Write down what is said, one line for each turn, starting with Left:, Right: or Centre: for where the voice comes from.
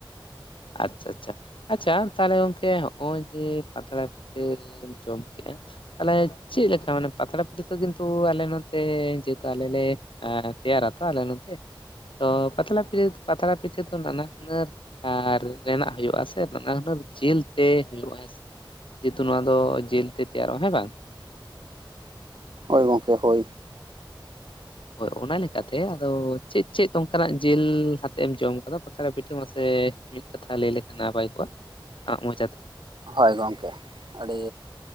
Left: ᱟᱪᱪᱷᱟ ᱟᱪᱪᱷᱟ ᱟᱪᱪᱷᱟ, ᱛᱟᱦᱚᱞᱮ ᱜᱚᱝᱠᱮ ᱦᱚᱜᱼᱚᱭ ᱡᱮ ᱯᱟᱛᱲᱟ ᱯᱤᱴᱷᱟᱹ ᱡᱚᱢ ᱠᱮᱼᱟ᱾ ᱛᱟᱦᱞᱮ ᱪᱮᱫ ᱞᱮᱠᱟ, ᱢᱟᱱᱮ ᱯᱟᱛᱲᱟ ᱯᱤᱴᱷᱟᱹ ᱫᱚ ᱠᱤᱱᱛᱩ ᱟᱞᱮ ᱱᱚᱛᱮ ᱡᱮᱦᱛᱩ ᱟᱞᱮ ᱞᱮ ᱮ ᱛᱮᱭᱟᱨᱟ ᱛᱚ ᱟᱞᱮ ᱱᱚᱛᱮ, ᱛᱚ ᱯᱟᱛᱞᱟ ᱯᱤᱴᱷᱟᱹ, ᱯᱟᱛᱲᱟ ᱯᱤᱴᱷᱟᱹ ᱫᱚ ᱱᱟᱱᱟ ᱦᱩᱱᱟᱹᱨ ᱟᱨ ᱨᱮᱱᱟᱜ ᱦᱳᱭᱩᱳᱜᱼᱟᱥᱮ, ᱱᱟᱱᱟ ᱦᱩᱱᱟᱹᱨ ᱡᱤᱞ ᱛᱮ ᱦᱳᱭᱳᱜᱼᱟ ᱦᱮᱸᱥᱮ ᱾ ᱡᱮᱦᱮᱛᱩ ᱱᱚᱣᱟ ᱫᱚ ᱡᱤᱞ ᱛᱮ, ᱛᱮᱭᱟᱨᱚᱜᱼᱟ ᱦᱮᱸ ᱵᱟᱝ ᱾
Right: ᱦᱳᱭ, ᱜᱚᱝᱠᱮ ᱦᱳᱭ ᱾
Left: ᱦᱳᱭ ᱚᱱᱟ ᱞᱮᱠᱟᱱᱛᱮ ᱟᱫᱚ ᱪᱮᱫ, ᱪᱮᱫ ᱚᱱᱠᱟᱱᱟᱜ ᱡᱤᱞ ᱦᱟᱛᱮᱜ ᱮᱢ ᱡᱚᱢ ᱠᱟᱫᱟ? ᱯᱚᱛᱲᱟ ᱯᱤᱴᱷᱟᱹ ᱢᱟᱥᱮ ᱢᱤᱫ ᱠᱟᱛᱷᱟ ᱞᱟᱹᱭ ᱞᱮᱠᱷᱟᱱ ᱱᱟᱯᱟᱭ ᱠᱚᱜ-ᱟ ᱟᱢᱟᱜ ᱢᱚᱪᱟᱛᱮ ᱾
Right: ᱦᱳᱭ ᱜᱚᱝᱠᱮ ᱟᱹᱰᱤ